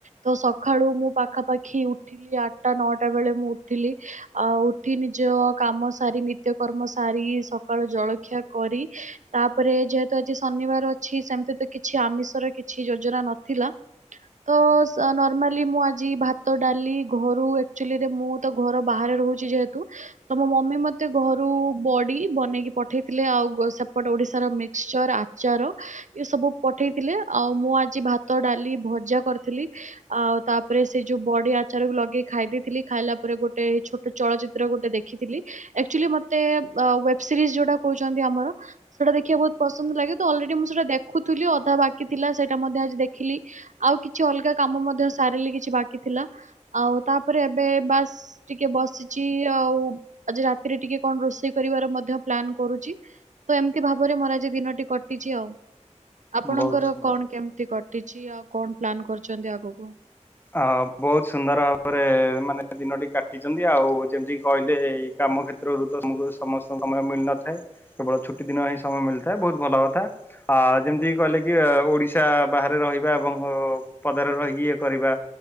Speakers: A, on the right; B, on the left.
A: ତ ସକାଳୁ ମୁଁ ପାଖାପାଖି ଉଠିଲି ଆଟ୍ଟା ନଅଟା ବେଳେ ମୁଁ ଉଠିଲି। ଆ ଉଠି ନିଜ କାମ ସାରି ନିତ୍ୟକର୍ମ ସାରି ସକାଳ ଜଳଖି ଖିଆ କରି ତାପରେ ଯେହେତୁ ଆଜି ଶନିବାର ଅଛି ସେମିତି ତ କିଛି କିଛି ଆମିଷର କିଛି ଯୋଜନା ନଥିଲା ତ ମାମାଲି ମୁଁ ଆଜି ଭାତ ଡାଲି ଘରୁ ଏକ୍ଚୁୁଲି ରେ ମୁଁ ଘର ବାହାରେ ରହୁଛି ଯେହେତୁ ତ ମମି ମତେ ଘରୁ ବଡି ବନେଇକି ପଠେଇଥିଲେ ଆଉ ଆଉ- ଗୋ- ସେପଟ ଓଡ଼ିଶାର ମିକ୍ସଚର ଆଚାର ଏସବୁ ପଠେଇଥିଲେ ଆଉ ମୁଁ ଆଜି ଭାତ ଅ ଡାଲି ଭଜା କରିଥିଲି। ଆଉ ତାପରେ ସେ ଯୋଉ ବଡି ଆଚାରକୁ ଲଗେଇ ଖାଇ ଦେଇେଇଥିଲି ଖାଇଲା ପରେ ଗୋଟେ ଛୋଟ ଚଳଚିତ୍ର ଗୋଟେ ଦେଖି ଥିଲି ଆଚୁଆଲି ମୋତେ ୱେବ୍ ସିରିଜି ଯୋଉଟା କହୁଛନ୍ତି ଆମର ସେଟା ଦେଖିବାକୁ ବହୁତ ପସନ୍ଦ ଲାଗ ଅଲରେଡି ମୁଁ ସେଇଟା ଦେଖୁଥିଲି ଅଧା ବାକି ଥିଲା ସେଇଟା ମଧ୍ୟ ଆଜି ଦେଖିଲି ଆଉ କିଛି ଅଲଗା କାମ ମଧ୍ୟ ସାରିଲି କିଛି ବାକି ଥିଲା। ଆଉ ତାପରେ ଏବେ ବାସ୍ ଟିକେ ବସିଛି ଆଉ ଆଜି ରାତିରେ ଟିକେ କଣ ରୋଷେଇ କରିବାର ମଧ୍ୟ ପ୍ଲନ୍ କରୁଛି ତ ଏମିତି ଭାବରେ ମୋର ଆଜି ଦିନଟି କଟିଛି ଆଉ। ଆପଣଙ୍କର
B: ବହୁତ ସୁନ୍ଦର।
A: କଣ କେମିତି କଟିଛି ଆଉ କଣ ପ୍ଲାନ୍ କରଛନ୍ତି ଆଗକୁ
B: ହ ବହୁତ ସୁନ୍ଦର ଭାବରେ ମାନେ ଦିନଟି କାଟିଛନ୍ତି ଆଉ ଯେମିତି କହିଲେ ଏଇ କାମ କ୍ଷେତ୍ରରୁ ତମକୁ ସମସ୍ତଙ୍କୁ ସମୟ ମିଳିନଥାଏ କେବଳ ଛୁଟି ଦିନ ହିଁ ସମୟ ମିଳିଥାଏ ବହୁତ ଭଲ କଥା। ଆ ଯେମିତି କହିଲେ କି ଓଡିଶା ବାହାରେ ରହିବା ଏବଂ ପଦାରେ ରହିକି ଇଏ କରିବା।